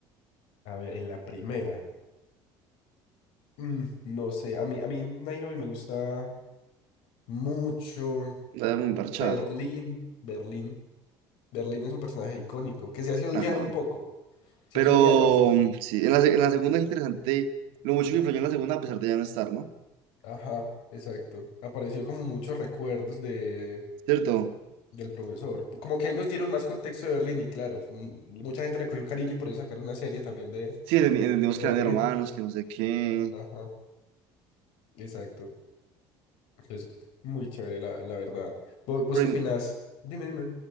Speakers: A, on the left; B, on the right.
A: a ver, en la primera. mm, no sé, a mí, a mí Nairobi me gusta mucho.
B: La muy parchada.
A: Berlín, Berlín. Berlín es un personaje icónico que se hace odiar
B: Ajá.
A: un poco, se
B: Pero
A: hace odiar bastante.
B: mm, sí, en la, se- en la segunda es interesante lo mucho que influyó en la segunda a pesar de ya no estar, ¿no?
A: Ajá, exacto. Apareció como muchos recuerdos de,
B: ¿Cierto?
A: del profesor. Como que ahí nos dieron más contexto de Berlín y claro, mm, mucha gente le cogió cariño y por eso sacaron una serie también de,
B: Sí, entendí- entendimos
A: de Berlín.
B: que eran de romanos, que no sé qué.
A: Ajá, exacto. Entonces, muy chévere, la, la verdad. ¿Vos, vos
B: Pero
A: qué
B: en-
A: opinás? Dime, dime.